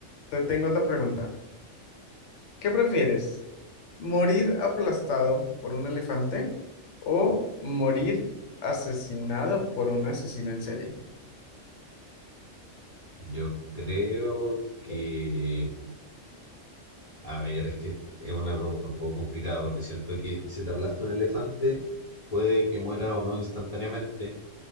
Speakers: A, on the left; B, on the left.
A: te tengo otra pregunta. ¿Qué prefieres? ¿Morir aplastado por un elefante o morir asesinado por un asesino en serie?
B: yo creo que A ver, es que es una pregunta un poco complicada porque siento que si te aplasta un elefante, puede que muera o no instantáneamente,